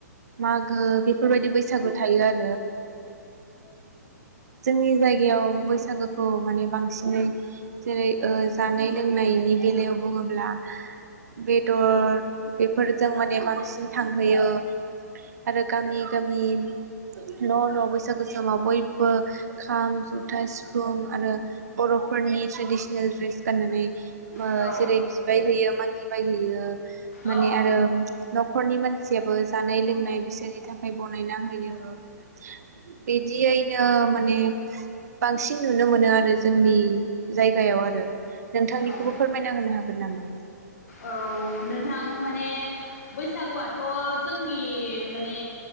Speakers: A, on the right; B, on the left.
A: मागो बेफोरबायदि बैसागु थायो आरो ओ जोंनि जायगायाव बै सागोखौ माने बांसिनै जेरै जानाय लोंनायनि बेलायाव बुङोब्ला बेदर बेफोरजों माने बांसिन थांहोयो आरो गामि गामि न' न' बैसागु समाव बयबो खाम जथा सिफुं आरो बर'फोरनि ट्रेडिसनेल ड्रेस गाननानै ओ
B: औ
A: जेरै बिबाय होयो मांगिबायहोयो माने
B: औ
A: आरो नखरनि मानसि जेबो जानाय लोंनाय बिसोरनि थाखाय <unintelligible> बनायना होयो। बिदियैनो माने बांसिन नुनो मोनो आरो जोंनि जायगायाव आरो नोंथांनिखौबो
B: औ
A: फोरमायना होनो हागोन नामा?
B: औ नोंथां माने बैसागुआथ' जोंनि माने